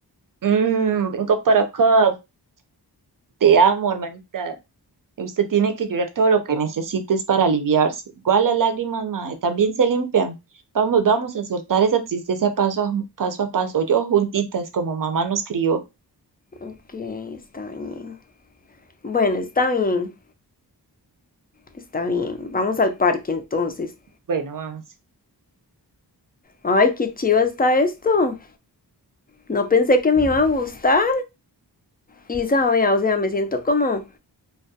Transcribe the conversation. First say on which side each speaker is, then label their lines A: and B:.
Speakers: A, on the right (about 50°); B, on the left (about 20°).
A: Mm, vengo para acá. Te amo, hermanita. Usted tiene que llorar todo lo que necesites para aliviarse. Igual las lágrimas, madre, también se limpian. Vamos, vamos a soltar esa tristeza paso a paso, a paso yo juntitas, como mamá nos crió.
B: Ok, está bien. Bueno, está bien, está bien. Vamos al parque entonces.
A: Bueno, vamos.
B: Ay, qué chiva está esto. No pensé que me iba a gustar. Y sabe, o sea, me siento como,